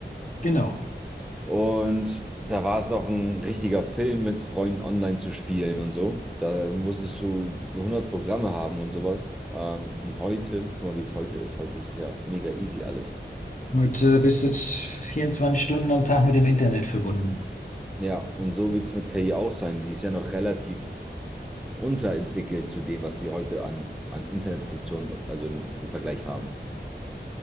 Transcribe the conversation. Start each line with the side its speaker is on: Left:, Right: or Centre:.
Left: genau.
Centre: Und da war es noch ein richtiger Film mit Freunden online zu spielen und so. Da musstest du 100 Programme haben und sowas. Ähm, und heute, guck mal, wie es heute ist. Heute ist es ja mega easy alles.
Left: Heute bist du 24 Stunden am Tag mit dem Internet verbunden.
Centre: Ja, und so wird es mit KI auch sein. Die ist ja noch relativ unterentwickelt zu dem, was sie heute an, an Internetfunktionen, also im, im Vergleich haben.